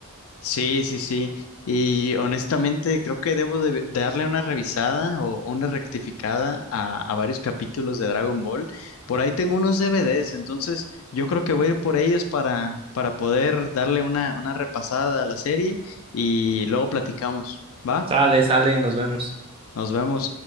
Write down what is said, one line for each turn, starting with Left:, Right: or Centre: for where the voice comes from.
Left: Sí, sí, sí. Y honestamente creo que debo de de darle una revisada o una rectificada a, a varios capítulos de Dragon Ball. Por ahí tengo unos DVDs, entonces yo creo que voy a ir por ellos para, para poder darle una, una repasada a la serie y luego platicamos. ¿Va?
Right: Sale, sale, nos vemos.
Left: Nos vemos.